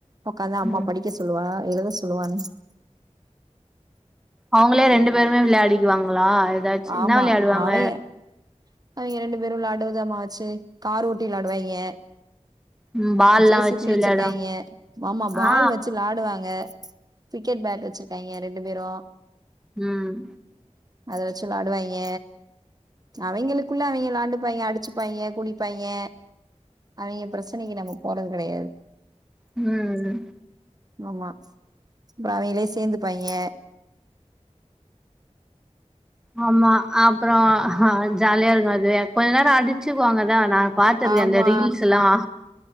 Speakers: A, on the right; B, in the centre.
A: உக்காந்தா அம்மா
B: ம்
A: படிக்க சொல்லுவா எழுத சொல்லுவான்னு
B: அவங்களே ரெண்டு பேருமே விளையாடிக்குவாங்களா ஏதாச்சு என்ன
A: ஆமா
B: விளையாடுவாங்க
A: அவிங்க அவிங்க ரெண்டு பேரு விளாடுவதமாச்சு கார் ஓட்டி விளாடுவாய்ங்க
B: ம் பால்லா
A: ஜே
B: வச்சு
A: சி பி வச்சிருக்காய்ங்க
B: விளையாடுவாங்க
A: மாமா பால்
B: ஆ
A: வச்சு விளாடுவாங்க கிரிக்கெட் பேட் வச்சிருக்காய்ங்க ரெண்டு பேரு
B: ம்
A: அத வச்சு விளையாடுவாய்ங்க அவிங்களுக்குள்ள அவிங்க விளாண்டுபாய்ங்க அடிச்சுப்பாய்ங்க கூடிப்பாய்ங்க அவிங்க பிரச்சனைக்கு நம்ம போறது கெடையாது
B: ம் ம்
A: ஆமா அப்புறம் அவிங்களே சேந்துப்பாய்ங்க
B: ஆமா அப்புறம் ஜாலியாருக்கும் அதுவே கொஞ்ச நேரம் அடிச்சுக்குவாங்கதா நா பாத்துருக்க
A: ஆமா
B: அந்த ரீல்ஸ்ல்லாம்